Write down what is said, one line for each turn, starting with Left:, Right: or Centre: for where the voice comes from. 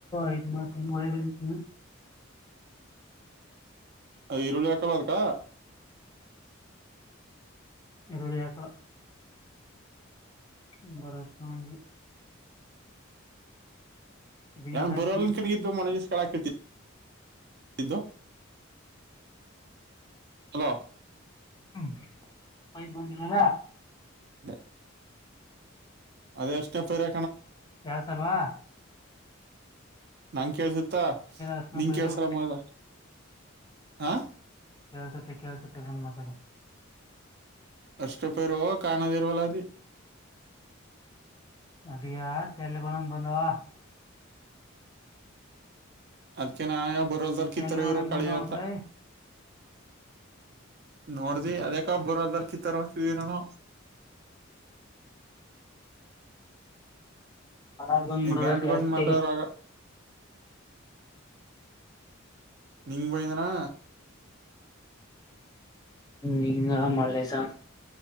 Left: ಐದು ಮಾಡ ವೈರಐತಿನ
Right: ಈರುಳ್ಳಿ ಹಕಳೋದಕ್ಕ
Left: ಈರುಳ್ಳಿ ಆಕ <unintelligible> ಬಿನಿಸ್
Right: ಯನು
Left: ಹಾಕ್ತೀನಿ
Right: ಬರೋಕ ಮ ಜ ಕಲಕೃತಿ ಇದು ಹಲೋ
Left: ಹ್ಮ ಬಂದರಲ್ಲ
Right: <inaudible> ಅದೇ ಎಷ್ಟ ಪೇರೆ
Left: ಯಾರ ಸಲ್ವಾ
Right: ನಂಗ ಕೇಳ್ಸತ್ತ
Left: ಅರ್ಶನ
Right: ನಿಂಗ
Left: ಪೈರು
Right: ಕೇಳ್ಸರ ಮಗದ ಹಾ
Left: ಕೇಳ್ಸುತ್ತ ಕೇಳ್ಸುತ್ತ ಆರಾಮ ಮಾತಾಡೂ
Right: ಅಷ್ಟಪೇರುವ ಕಾಣದೇರವಲ್ಲ ಅದೆ
Left: ಅಡಿಯಾ ತಲ್ಗೊಂಡನ್ ಬಂದಾವ
Right: ಅದ್ಕ ನಾವ ಯಾವ ಬರಲ್ಲ್ ಕಿತ್ತರ
Left: ತೆಲ್ಗ ಒಣೊಂದ್
Right: ಇರೋ ಕಳಿತ
Left: ಬಂದವ ಕೂಡ
Right: ನೋಡ್ದಿ ಅದೇಕಬ್ ಬರದಲ್ ಚಿತ್ತರ್ ಹೊತಿದಿ ಏನು ಏನೋ
Left: ಹಲಾರ್ ಬಂದ್ಬಿಡುದ
Right: ನೀ ಗಂಟ್ಗೊಂದ್
Left: ಜಾಸ್ತಿಗೆ
Right: ಮಾತಾಡೋರಾಗ ನಿಂಗ ಬಯಂದನಾ
Left: ಹಿಂಗ ಮಲೇಶ